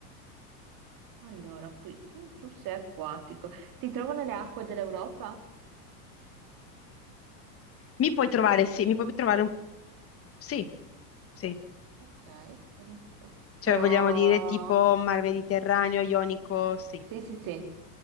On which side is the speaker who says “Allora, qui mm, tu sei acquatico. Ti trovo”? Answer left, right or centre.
Right